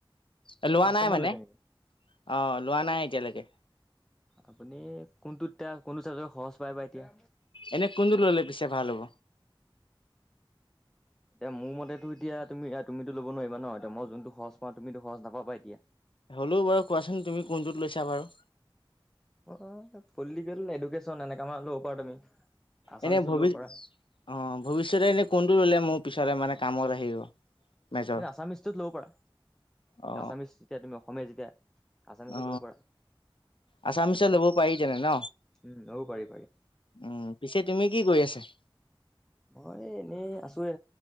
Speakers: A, on the left; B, in the centre.
A: এ, লোৱা
B: ফাৰ্ষ্ট
A: নাই
B: চেমত
A: মানে
B: লৈছে
A: অ',
B: নেকি
A: লোৱা নাই এতিয়ালেকে।
B: আপুনি কোনটোতিয়া কোনটো চাবজেক্ট সহজ পায় বা এতিয়া।
A: এনে কোনটোত ল'লে পিছে ভাল হ'ব?
B: এতিয়া মো মতেতো এতিয়া তুমি আ, তুমিটো ল'ব নোৱাইবা ন' এতিয়া মই যোনটো সহজ পাওঁ তুমিতো সহজ নাপাবা এতিয়া।
A: হ'লেও বাৰু কোৱাচোন তুমি কোনটোত লৈছা বাৰু?
B: অ', পলটিকেল, এডুকেশ্যন এনেকা মানে ল'ব পাৰা তুমি। আছামিছত
A: এনে ভবি
B: ল'ব পাৰা।
A: অ', ভৱিষ্যতে ইনে কোনটো ল'লে মো পিছলে মানে কামত আহিব? মেজৰ
B: <unintelligible> আছামিচটোত ল'ব পাৰা
A: অ
B: আছামিছ যেতিয়া তুমি অসমীয়া যেতিয়া আছামিছত
A: অ
B: ল'ব পাৰা
A: আছামিছত
B: উম
A: ল'ব পাৰি তেনে ন
B: উম ল'ব পাৰি পাৰি।
A: উম, পিছে তুমি কি কৰি আছা?
B: মই এনেই আছোয়ে